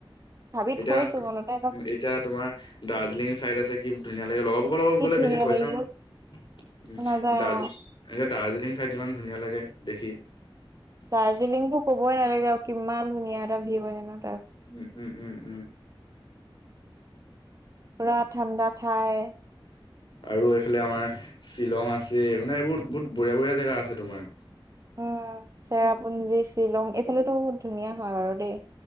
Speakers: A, on the right; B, on the left.
A: ভাবি
B: এতিয়া,
A: থৈছো মনতে এটা
B: এতিয়া তোমাৰ দাৰ্জিলিং চাইদ আছে কি ধুনীয়া লাহে, লগৰ বোৰৰ লগত
A: কি
B: গলে
A: ধুনীয়া
B: বেছি পইচাও
A: লাগিব
B: <unintelligible>
A: নাযায় অ
B: দাৰ্জিলিং থাইত ইমান ধুনীয়া লাগে দেখি।
A: দাৰ্জিলিংটো কবই নালাগে আৰু কিমান <unintelligible>
B: উম উম উম উম।
A: পুৰা ঠাণ্ডা ঠাই।
B: আৰু এইফালে আমাৰ শ্বিলং আছে, মানে এইবোৰ বহুত বঢ়িয়া বঢ়িয়া জেগা আছে তোমাৰ।
A: উম, চেৰাপুঞ্জী শ্বিলং এইফালেতো বহুত ধুনীয়া হয় বাৰু দেই।